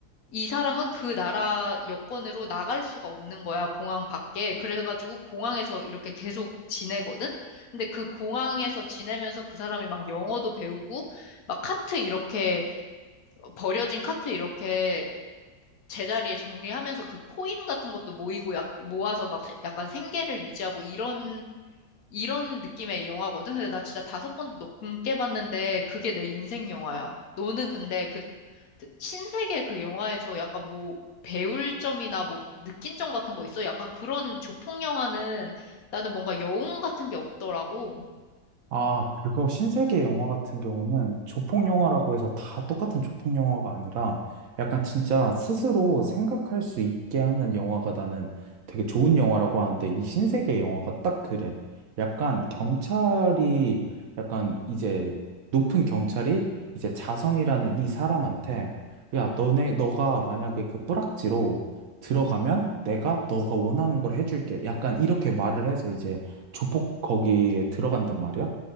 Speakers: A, on the left (about 65°); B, on the right (about 65°).
A: 이 사람은 그 나라 여권으로 나갈 수가 없는 거야, 공항 밖에. 그래가지고 공항에서 이렇게 계속 지내거든? 근데 그 공항에서 지내면서 그 사람이 막 영어도 배우고, 막 카트 이렇게, 버려진 카트 이렇게 제자리에 정리하면서 그 코인 같은 것도 모이고 약, 모아서 막 약간 생계를 유지하고 이런 이런 느낌의 영화거든. 근데 나 진짜 다섯 번 넘게 봤는데 그게 내 인생 영화야. 너는 근데 그 신세계 그 영화에서 약간 뭐 배울 점이나 뭐 느낀 점 같은 거 있어? 약간 그런 조폭 영화는 나는 뭔가 여운 같은 게 없더라고.
B: 아, 그거 신세계 영화 같은 경우는 조폭 영화라고 해서 다 똑같은 조폭 영화가 아니라 약간 진짜 스스로 생각할 수 있게 하는 영화가 나는 되게 좋은 영화라고 하는데 이 신세계 영화가 딱 그래. 약간 경찰이 약간 이제 높은 경찰이 이제 자성이라는 이 사람한테 야, 너네 너가 만약에 그 뿌락지로 들어가면 내가 너가 원하는 걸 해줄게. 약간 이렇게 말을 해서 이제 조폭 거기에 들어간단 말이야.